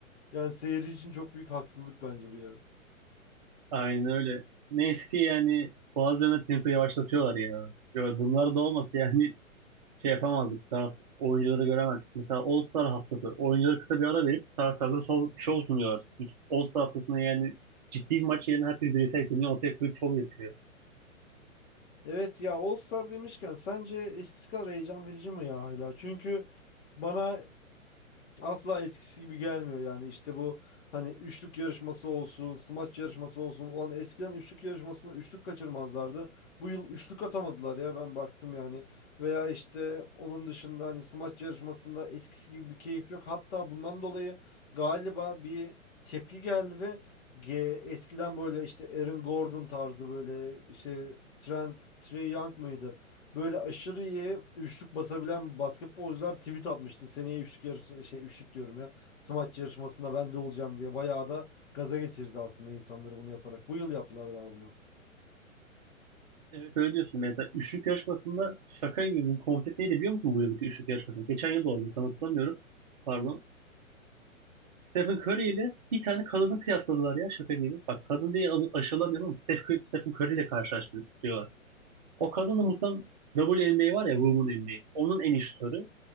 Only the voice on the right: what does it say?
Aynen öyle. Neyse ki yani bazen de tempo yavaşlatıyorlar ya. Ya Bunlar da olmasa yani <laughs> şey yapamazdık. Taraf, oyuncuları göremezdik. Mesela All Star haftası. Oyuncuları kısa bir ara verip taraftarlara şov, şov sunuyorlar. Biz All Star haftasında yani ciddi bir maç yerine herkes bireysel yeteneğini ortaya koyup şov yapıyor.
Evet öyle diyorsun. Mesela üçlük yarışmasında şaka gibi bu konsept neydi biliyor musun bu yılki üçlük yarışmasında? Geçen yıl da oldu. Tam hatırlamıyorum. Pardon. Stephen Curry ile bir tane kadını kıyasladılar ya şaka gibi. Bak kadın diye alı- aşılamıyorum ama Steph, Cur- Stephen Curry ile karşılaştırıyorlar. O kadın da mutlaka WNBA var ya Women NBA. Onun en iyi şutörü.